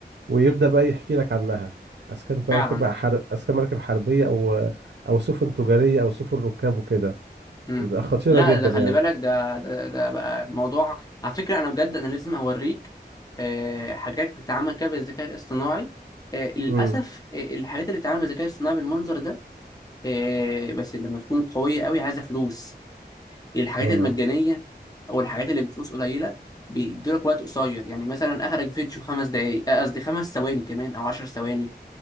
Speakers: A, on the right; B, on the left.
A: ويبدأ بقى يحكي لك عنها اذا كانت
B: فعلا
A: مركب بقى حر... اذا كان مركب حربية او او سفن تجارية او سفن ركاب وكده
B: مم.
A: يبقى خطيرة
B: لا
A: جدا
B: ده خلي
A: يعني
B: بالك ده ده ده بقى موضوع على فكرة أنا بجد أنا لازم أوريك آه، حاجات بتتعمل كده بالذكاء الاصطناعي آه، للأسف
A: امم
B: آه، الحاجات اللي بتتعمل بالذكاء الاصطناعي بالمنظر ده آه، بس لما تكون قوية قوي عايزة فلوس الحاجات
A: اه
B: المجانية أو الحاجات اللي بفلوس قليلة بيدولك وقت قصير يعني مثلا أخرج فيديو خمس دقايق آه، قصدي خمس ثواني كمان أو عشر ثواني